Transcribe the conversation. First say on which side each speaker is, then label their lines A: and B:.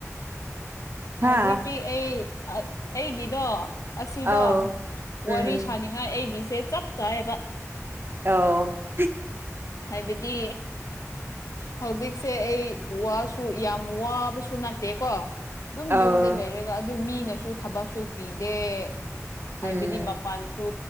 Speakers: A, on the right (about 45°); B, on the left (about 80°).
A: ꯍꯥ
B: ꯍꯧꯖꯤꯛꯇꯤ ꯑꯩ ꯑꯥ ꯑꯩꯒꯤꯗꯣ ꯑꯁꯤꯗꯣ
A: ꯑꯧ
B: ꯋꯥꯔꯤ
A: ꯎꯝ
B: ꯁꯥꯅꯤꯡꯉꯥꯏ ꯑꯩꯒꯤꯁꯦ ꯆꯞ ꯆꯥꯏꯌꯦꯕ
A: ꯑꯣ
B: ꯍꯥꯏꯕꯗꯤ ꯍꯧꯖꯤꯛꯁꯦ ꯑꯩ ꯋꯥꯁꯨ ꯌꯥꯝ ꯋꯥꯕꯁꯨ ꯅꯠꯇꯦꯀꯣ ꯑꯗꯨꯝ
A: ꯑꯧ
B: ꯌꯨꯝꯗ ꯂꯩꯔꯒ ꯑꯗꯨ ꯃꯤꯅꯁꯨ ꯊꯕꯛꯁꯨ ꯄꯤꯗꯦ ꯍꯥꯏꯕꯗꯤ
A: ꯎꯝ
B: ꯃꯄꯥꯟ ꯁꯨ